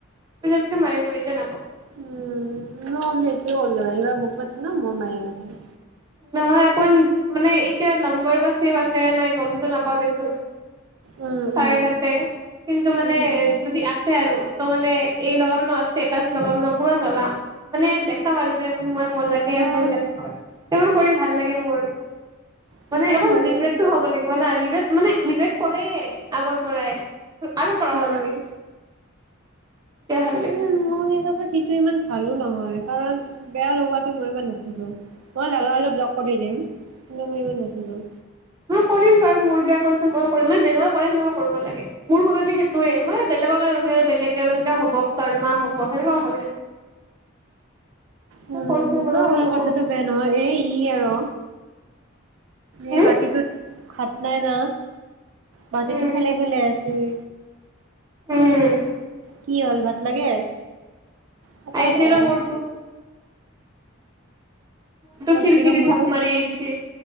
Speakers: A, on the right (about 20°); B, on the right (about 80°).
A: পিছতকে মাৰিম ৰ এতিয়া নামা
B: উম, মই হ'লেও এইটোৱে কৰলো হয়, এইবাৰ মোক পাইছে না মই মাৰি
A: নহয় অকমান, মানে এতিয়া নম্বৰ বা ছেভ আছে নাই গমটো নাপাও দেচোন,
B: উম উম
A: তাইৰতাতে। কিন্তু মানে
B: উম
A: যদি আছে আৰু ত' মানে এই লগাম ন ষ্টেটাচ লগাম ন, পোৰা জ্বলাম। মানে দেখাম আৰু যে মই মজাকে আছে
B: অ',
A: <unintelligible> সেইবোৰ কৰি ভাল লাগে মোৰ,
B: সেইটোও
A: মানে অকণ
B: হয়
A: ৰিগ্ৰেটটো
B: দেচোন
A: হ'ব লাগিব না, ৰিগ্ৰেট মানে ৰিগ্ৰেট কৰেই, আগৰ পৰাই। আৰু কৰাব
B: উম
A: লাগে। তেতিয়া ভাল লাগে
B: উম, মই এইলগত সেইটো ইমান ভালো নহয়, কাৰণ বেয়া লগোৱাটো মই ইমান নোখোজোঁ, মই লগা হ'লে ব্লক কৰি দিম, কিন্তু মই ইমান নোখোজোঁ।
A: মই কৰিম কাৰণ, মোৰ বেয়া কৰিছে ময়ো কৰিম, যেনেকুৱা কৰে সেনেকুৱা কৰিব লাগে, মোৰ মতে সেইটোয়ে মই বেলেগৰ কাৰণে ৰখি নাথাকো বেলেগে মানে হ'ব কৰ্মা হ'ব, সেনেকুৱা ভাবি নাথাকো
B: উম,
A: কৰিছে
B: সেইটোও
A: মোৰ হেৰি
B: হয়,
A: উম
B: কথাটো বেয়া নহয়। এ ই আৰু এই
A: উম
B: বাতিটোত খাত নাই না। বাতিটো
A: উম
B: ফেলাই-ফেলাই আছে ই।
A: উম
B: কি হ'ল ভাত লাগে। পতা
A: আহিছে
B: পৰা
A: ৰ
B: নাই
A: মোৰটো।
B: পাইছি
A: খিৰকিৰি
B: ৰ মোৰতো
A: ঢাপ মাৰি আহিছে